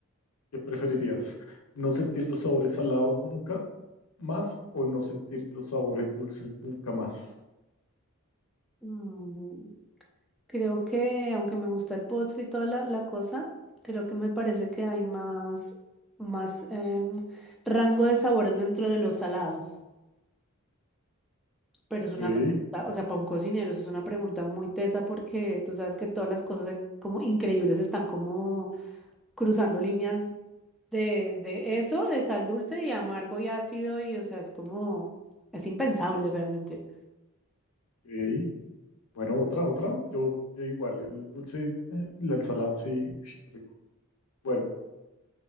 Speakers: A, on the left (about 80°); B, in the centre.
A: ¿Qué preferirías? ¿No sentir los sabores salados nunca más o no sentir los sabores dulces nunca más.
B: Mm. Creo que, aunque me gusta el postre y toda la, la cosa, creo que me parece que hay más, más em, rango de sabores dentro de lo salado. Pero
A: Ok,
B: es una pregunta, o sea, para un cocinero, eso es una pregunta muy tesa porque tú sabes que todas las cosas ex- como increíbles están como cruzando líneas de, de eso, de sal dulce y amargo y ácido, y o sea, es como, es impensable realmente.
A: ok. Bueno, otra, otra. Yo, yo igual, el dulce, eh, el al salado sí, uy, qué rico. Bueno,